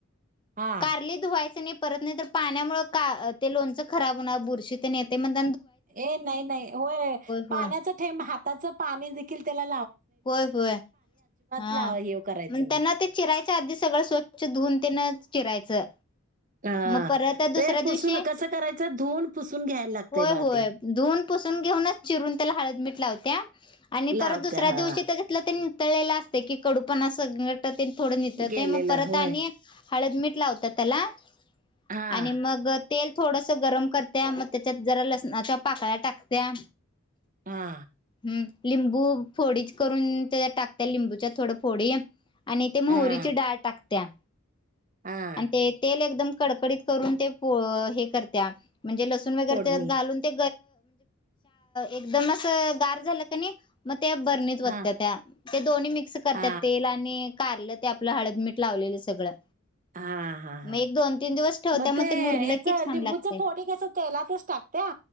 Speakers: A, on the right; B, on the left.
A: हां.
B: कारली धुवायचेनी परत नाही तर पाण्यामुळे का ते लोणचं खराब होणार बुरशी तेन येतय म्हणून.
A: ए नाई नाई. व्हय
B: होय
A: पाण्याचा थेंब हात त्याच पाणी देखील त्येला
B: व्हय व्हय. हां
A: लाव हे करायचं
B: मग
A: नाही.
B: त्यांना ते चिरायच्या आधी सगळं स्वच्छ धुवून त्येन- चिरायचं.
A: हां.
B: मग परत दुसऱ्या
A: ते पुसून
B: दिवशी
A: कसं करायचं? धुवून पुसून घ्यायला लागतंय
B: व्हय
A: बघा
B: व्हय.
A: ते.
B: धुून पुसून घेऊनच चिरून त्याला हळद मीठ लावतीया आणि
A: लावत्या
B: परत दुस दुसऱ्या
A: हां.
B: दिवशी त्याच्याजतलं ते- - तळलेल असतयं की कडूपणा संगट -- तेल थोडं नितळतय
A: गेलेलं
B: मग परत
A: होय.
B: आणि हळद मिट लावत्यात त्याला --
A: हां,
B: आणि मग -- तेल थोडस गरम करत्या मग त्याच्यात जरा लसणाच्या पाकळ्या टाकत्या.
A: हा.
B: हम् लिंबू -- फोडी करून त्या टाकत्या लिंबूच्या थोड फोडी- - आणि ते मोहरीची
A: हां,
B: डाळ टाकत त्या्
A: हां.
B: आणि ते तेल एकदम कडकडीत करून ते हे करत्या म्हणजे लसून वगरे
A: फोडणी.
B: घालून ते एकदम असं गार झालं कि नाही त्या बर्नीत वत्यात
A: हां.
B: त्या ते दोन्ही मिक्स करतात
A: हा
B: तेल आणि कारलं ते आपलं हळदमीीठ लावलेलं सगळं
A: हा हा हा
B: मग एक दोन तीन दिवस ठेवत्या
A: मग ते
B: मुरलं
A: ह्याचं
B: की छान
A: लिंबूच
B: लागतंय.
A: फोडी कसं तेलातच टाकत्या